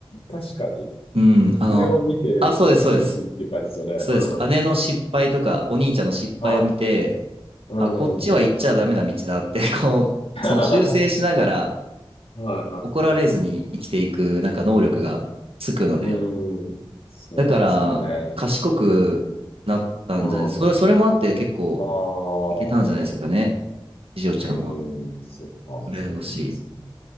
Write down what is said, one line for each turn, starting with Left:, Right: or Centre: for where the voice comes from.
Left: 確かに。
Right: うん、あの、
Left: 上を見て賢く生きてる感じですよね。
Right: あ、そうです、そうです。そうです。
Left: うん。
Right: 姉の失敗とかお兄ちゃんの失敗を見て、
Left: はい。うん。
Right: あ、こっちは行っちゃダメな道だって、<laughs> こう、
Left: <laughs> は
Right: その修正しながら
Left: い、はい、は
Right: 怒られずに生きていくなんか能力がつくので、
Left: い。うーん。そうですよね。
Right: だから、賢くなったんじゃないそれ、
Left: うん。
Right: それもあって結構
Left: あ
Right: いけたんじゃないですかね。
Left: あ、なるほど。
Right: 次女ちゃんは。
Left: えー、そっか、
Right: 羨ましい。
Left: そうなんですね。